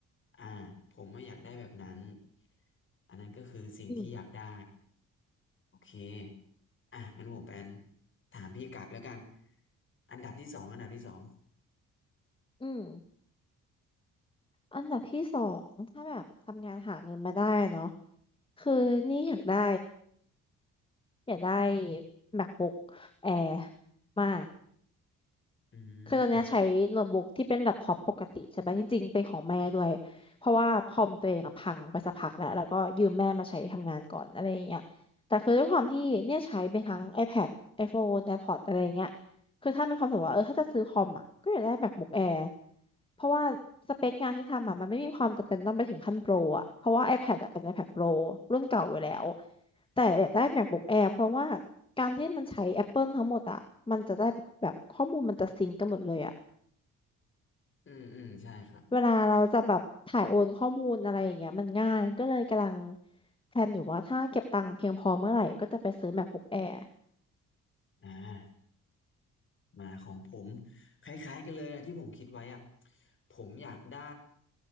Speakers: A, on the left; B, on the left.
A: อ่าผมไม่อยากได้แบบนั้นอันนั้นก็คือสิ่งที่อยากได้
B: อืม
A: โอเคอ่ะงั้นผมเป็นถามพี่กลับแล้วกันอันดับที่สองอันดับที่สอง
B: อืม อันดับที่สองถ้าแบบทำงานหาเงินมาได้เนาะคือนี่อยากได้อยากได้ MacBook Air มาก
A: อืม
B: คือตอนเนี้ยใช้โน้ตบุ๊กที่เป็นแล็ปท็อปปกติใช่ไหมจริงๆเป็นของแม่ด้วยเพราะว่าคอมตัวเองอะพังไปสักพักแล้วแล้วก็ยืมแม่มาใช้ทำงานก่อนอะไรอย่างเงี้ยแต่คือด้วยความที่เนี่ยใช้เป็นทั้ง iPad iPhone AirPods อะไรอย่างเงี้ยคือถ้ามีความรู้สึกว่าเออถ้าจะซื้อคอมอ่ะก็อยากได้ MacBook Air เพราะว่าสเปคงานให้ทำอ่ะมันไม่มีความจำเป็นต้องไปถึงขั้นโปรอ่ะเพราะว่า iPad อะเป็น iPad Pro รุ่นเก่าอยู่แล้วแต่อยากได้ MacBook Air เพราะว่าการที่มันใช้ Apple ทั้งหมดอ่ะมันจะได้แบบแบบข้อมูลมันจะซิงก์กันหมดเลยอ่ะ
A: อืมอืมใช่ครับ
B: เวลาเราจะแบบถ่ายโอนข้อมูลอะไรอย่างเงี้ยมันง่ายก็เลยกำลังแพลนอยู่ว่าถ้าเก็บตังค์เพียงพอเมื่อไหร่ก็จะไปซื้อ MacBook Air
A: อ่า มาของผมคล้ายๆกันเลยอะที่ผมคิดไว้อะผมอยากได้